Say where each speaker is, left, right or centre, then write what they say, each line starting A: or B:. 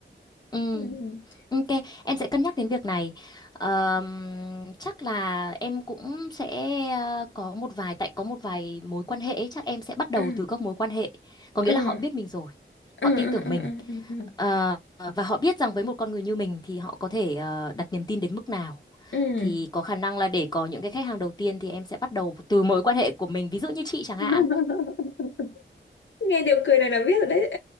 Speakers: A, on the left (about 20°); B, on the left (about 70°).
A: ừ.
B: ừ
A: Ok, em sẽ cân nhắc đến việc này. Ờm, chắc là em cũng sẽ ờ, có một vài tại có một vài mối quan hệ ấy, chắc em sẽ bắt đầu
B: ừ
A: từ các mối quan hệ. Có nghĩa
B: ừ
A: là họ biết mình rồi
B: ừ
A: họ tin
B: ừ
A: tưởng
B: ừ
A: mình
B: ừ ừ
A: Ờ, và họ biết rằng với một con người như mình thì họ có thể ờ, đặt niềm tin đến mức nào
B: ừ.
A: thì có khả năng là để có những cái khách hàng đầu tiên thì em sẽ bắt đầu từ mối quan hệ của mình ví dụ như chị chẳng
B: <laughs>
A: hạn
B: nghe điều cười này là biết rồi đấy